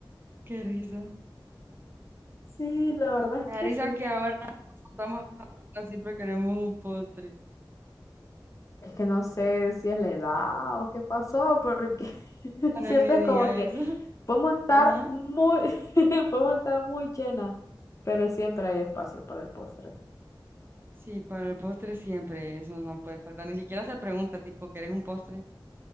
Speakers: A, on the right (about 25°); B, on the left (about 40°).
A: Qué risa.
B: Sí, la verdad
A: Me
B: es
A: da
B: que
A: risa
B: sí.
A: que ahora nos juntamos a hablar, siempre queremos un postre.
B: Es que no sé si es la edad o qué pasó, porque <laughs>
A: Bueno,
B: siempre
A: ni
B: es
A: diga
B: como
A: eso.
B: que
A: <laughs>
B: podemos estar
A: Ajá.
B: muy, <laughs> podemos estar muy llenas, pero siempre hay espacio para el postre.
A: Sí, para el postre siempre, eso no puede faltar. Ni siquiera se pregunta, tipo, ¿querés un postre?